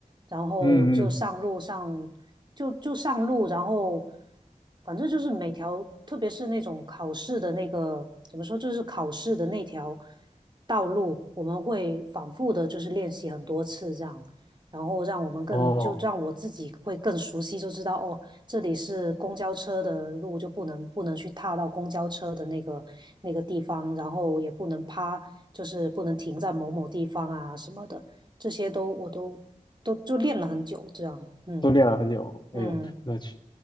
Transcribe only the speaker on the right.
然后就上路上，
就就上路，然后反正就是每条，特别是那种考试的那个，怎么说，就是考试的那条道路，我们会反复的，就是练习很多次这样，然后让我们更，
就让我自己会更熟悉，就知道哦，这里是公交车的路，就不能不能去踏到公交车的那个那个地方，然后也不能趴，就是不能停在某某地方啊什么的。这些都我都都就练了很久，这样，嗯
嗯